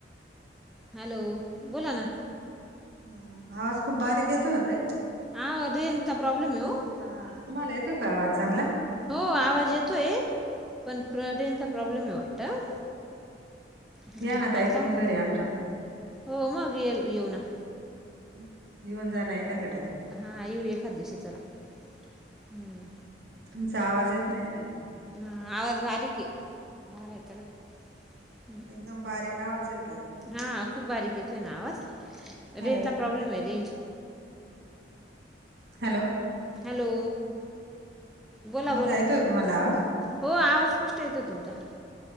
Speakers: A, in the centre; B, on the right.
A: हॅलो बोलां नां
B: हं हं आवांज खूपचं बारीक येतो होते नां.
A: हां रेंज चां प्रॉब्लेम आहे येव
B: हां तुम्हांला येतोय कायं आवांज चांगला.
A: हो आवांज येतोय पणं रेनचा प्रॉब्लेम आहे वाटतं. हम्म,
B: यां नां
A: मला
B: ताई
A: चांगलं
B: तुम्हीं
A: येतं.
B: घरी आमच्या
A: हो मगं येलं येऊं नां
B: मी म्हणलं नाहीं कां ताटं आहे
A: हां येऊं एखांद्या दिवशी चलां हम्मं
B: तुमचां आवांज येतं नाहीं ताई
A: हां आवांज बारीक आहे बाहेर चलां हम्मं
B: एकदंम बारीक आवांज येतोय.
A: हां खूंप बारीक येतोय नां आवांज रेंजचा
B: हॅलो
A: प्रॉब्लेम आहे. रेंज
B: हॅलो
A: हॅलो बोला
B: माझां
A: बोला
B: येतोय कां तुम्हांला आंवाज
A: हो आवांज स्पष्टं येतोय. तुमचां